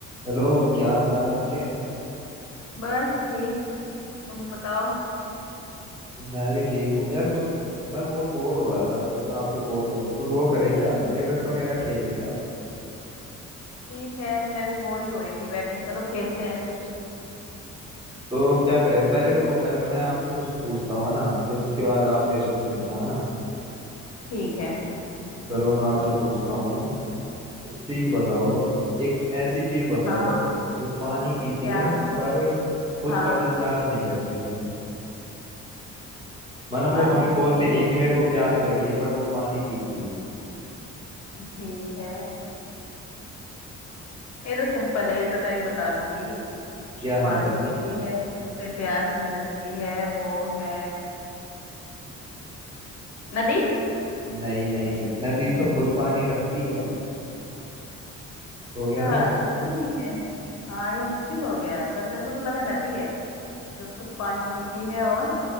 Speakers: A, on the right; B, on the left.
A: Hello क्या हाल चाल है आपके
B: बस ठीक तुम बताओ
A: मैं भी ठीक हूँ यार कुछ मैं बहुत बोर हो रहा था तो मैं आपसे कॉल कर लूँ कुछ वो करें क्या रिडल्स वगैरह खेलें क्या
B: ठीक है मैं भी बोर ही हो रही थी बैठे चलो खेलते हैं कुछ
A: तो क्या करें पहले रुको पहले मैं आपसे कुछ पूछता हूँ है ना फिर उसके बाद आप मेरे से पूछना है ना
B: ठीक है
A: चलो मैं आपसे पूछता हूँ एक चीज बताओ एक ऐसी चीज बताओ
B: हाँ
A: जो पानी पीती
B: क्या
A: है पर खुद
B: हाँ
A: कभी प्यास नहीं लगती उसे मतलब
B: पानी
A: वो हमें बोलती
B: पीती
A: नहीं
B: है
A: कि मेरे को प्यास लगी है बट वो पानी पीती है
B: ठीक है ये तो सिंपल है ये तो मैं भी बता दूंगी
A: क्या
B: जो पानी
A: है बताओ
B: पीती है उसे प्यास नहीं लगती है वो है नदी
A: नहीं नहीं नदी तो खुद पानी रखती है हो गया
B: अच्छा
A: ना मुश्किल
B: तो ये भी नहीं है हाँ ये मुश्किल हो गया पर मेरे को तो लगा नदी है जो खुद पानी पीती है और